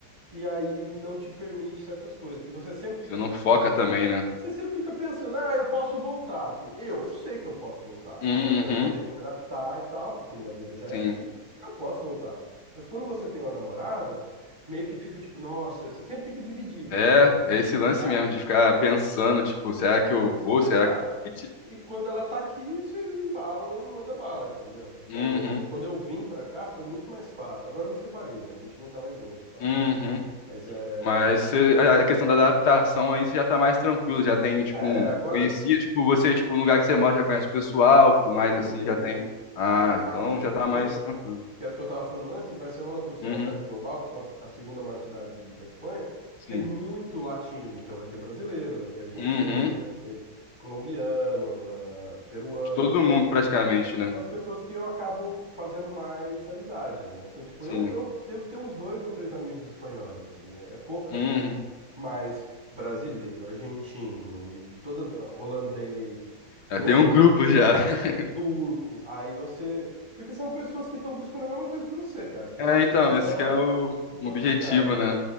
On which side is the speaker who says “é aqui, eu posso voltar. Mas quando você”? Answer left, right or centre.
Right